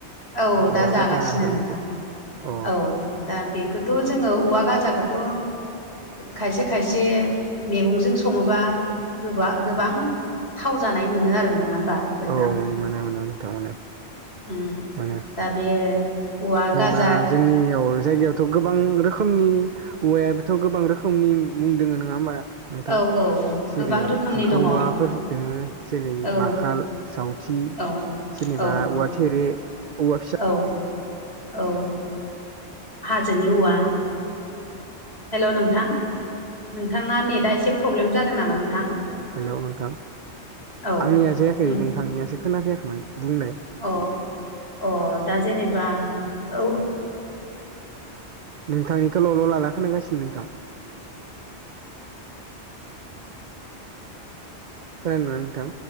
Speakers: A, on the left; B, on the right.
A: औ
B: औवा
A: दा जागासिनो
B: गाजा ओंखारनायखौ
A: नोंथां
B: अ
A: औ दा बेखौथ' जोङो औवा गाजाखौथ' खायसे खायसे मैगंजों सङोबा गोबा गोबां थाव जानाय मोनो आरो नङा होमबा नोंथां
B: औ मोनो मोनो नोंथां मोनो
A: ओम
B: मोनो
A: दा बे औवा गाजा
B: दा जोंनियाव जायगायाव <unintelligible> गोबां रोखोमनि औवायाबोथ' गोबां रोखोमनि मुं दङ नङा होमबा नोंथां
A: औ औ
B: जेरै
A: गोबां रोखोमनि
B: बुरखा
A: दङ
B: औवाफोर
A: औ
B: दङ जेरै
A: औ
B: माखाल सावथि
A: औ
B: जेनेबा औवा थेरे औवा फिसा
A: औ औ हाजोनि औवा हेल' नोंथां नोंथाङा नेटआ एसे प्रब्लेम जादों नामा नोंथां
B: हेलौ नोंथां
A: औ
B: आंनिया जायाखै
A: नों
B: नोंथांनियासो खोनाफैयाखैमोन बुंलाय
A: अ अ दा जेनेबा औ
B: नोंथांनिखौ ल'ल' ला ला खानागासिनो नोंथां खोनादोंना